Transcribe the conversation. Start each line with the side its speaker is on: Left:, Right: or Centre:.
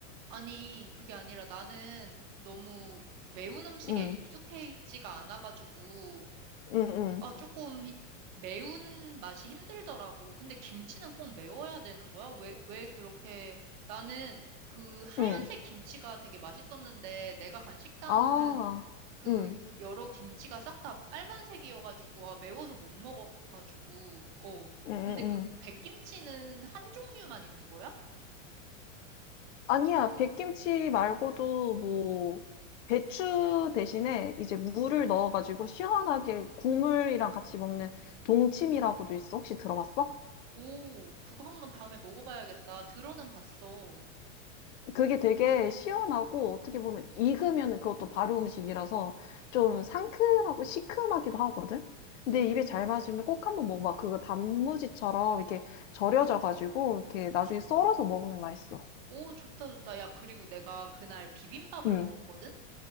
Right: 아니, 그게 아니라 나는 너무 매운 음식에
Left: 응,
Right: 익숙해 있지가 않아가지고
Left: 응, 응,
Right: 아, 조금 히- 매운 맛이 힘들더라고. 근데 김치는 꼭 매워야 되는 거야? 왜, 왜 그렇게, 나는 그 하얀색
Left: 응.
Right: 김치가 되게 맛있었는데, 내가 간 식당은
Left: 아,
Right: 그
Left: 응,
Right: 여러 김치가 싹 다 빨간색이어가지고, 아, 매워서 못 먹어가지고, 어.
Left: 응, 응,
Right: 근데 그
Left: 응.
Right: 백김치는 한 종류만 있는 거야?
Left: 아니야, 백김치 말고도 뭐, 배추 대신에 이제 무를 넣어가지고 시원하게 국물이랑 같이 먹는 동치미라고도 있어. 혹시 들어봤어?
Right: 오, 그거 한번 다음에 먹어봐야겠다. 들어는 봤어.
Left: 그게 되게 시원하고 어떻게 보면 익으면 그것도 발효 음식이라서 좀 상큼하고 시큼하기도 하거든? 근데
Right: 오,
Left: 입에 잘 맞으면 꼭 한번 먹어봐. 그거 단무지처럼 이렇게 절여져가지고 이렇게 나중에 썰어서 먹으면 맛있어.
Right: 오, 좋다, 좋다. 야, 그리고 내가 그날 비빔밥을
Left: 응,
Right: 먹었거든?